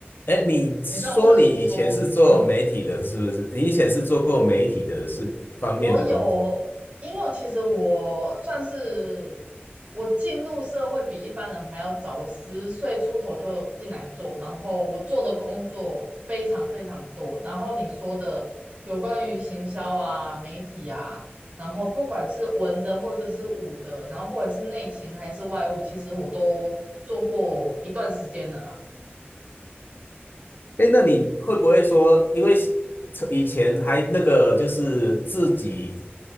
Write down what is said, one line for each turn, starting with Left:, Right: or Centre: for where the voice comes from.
Left: 哎，你说你以前是做媒体的，
Right: 你上次说，嗯，
Left: 是不是？你以前是做过媒体的是方面的工作？
Right: 我有，因为其实我算是我进入社会比一般人还要早，我十岁出头就进来做，然后我做的工作非常非常多。然后你说的有关于行销啊、媒体啊，然后不管是文的或者是武的，然后不管是内勤还是外务，其实我都做过一段时间了啦。
Left: 哎，那你会不会说，因为以前还那个就是自己